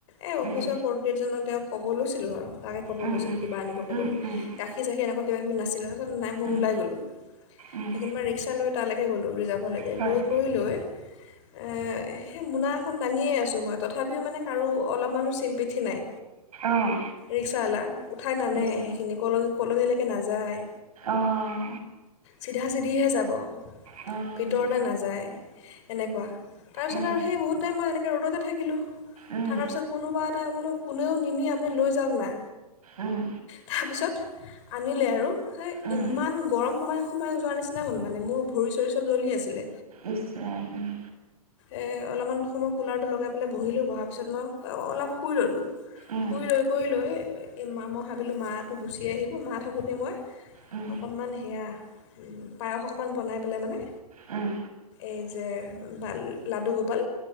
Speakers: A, on the left (about 50°); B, on the right (about 70°).
A: এ অফিচৰ
B: উম।
A: ফ'টগেটজনক তেওঁক। ক'ব লৈছিলোঁ আৰু। তাকে ক'ব
B: উম
A: লৈছিলোঁ
B: উম
A: কিব আনিব ক'বলে,
B: উম উম
A: গাখীৰ চাখি এনেকুৱা কিবা কিবি নাছিলে তাপিছত নাই মই
B: উম
A: ওলাই গলোঁ
B: উম
A: সেইখিনি পা ৰিক্সা লৈ তালৈকে গ'লোঁ। ৰিজাৰ্ভলৈকে
B: হয়
A: গৈ কৰি লৈ এ সেই মোনা এখন দাঙিয়ে আছোঁ মই তথাপিও মানে কাৰো অলপমানো চিমপেঠি নাই
B: অঁ।
A: ৰিক্সাৱালা। উঠাই নানে
B: ইছ
A: সেইখিনি কলেজত কলনিলৈকে নাযায়
B: অঁ
A: চিধা চিধিহে যাব।
B: উম
A: ভিতৰলৈ নাযায় এনেকোৱা তাৰপিছত
B: উম
A: আৰু সেই বহুত টাইম মই এনেকৈ ৰ'দতে থাকিলোঁ।
B: উম
A: থকাৰ পিছত কোনোবা এটা বোলো। কোনেও নিনি আপুনি লৈ যাওক না
B: উম
A: তাৰপিছত আনিলে আৰু সেই
B: উম
A: ইমান গৰম সোমাই সোমাই যোৱাৰ নিচিনা হ'ল মানে মোৰ ভৰি চৰি। চব জ্বলি আছিলে।
B: ইছ ৰাম উম।
A: এ অলপমান সময় কুলাৰটো লগাই পেলাই বহিলোঁ বহাৰ পিছত মই অলপ শুই ল'লোঁ।
B: উম
A: শুই লৈ কৰি লৈ। এই মা মই ভাবিলোঁ মাটো গুচি আহিব মা থাকোঁতে মই
B: উম
A: অকণমান সেয়া পায়স অকণমান বনাই পেলাই মানে
B: উম।
A: এই যে বা লাডু গোপাল।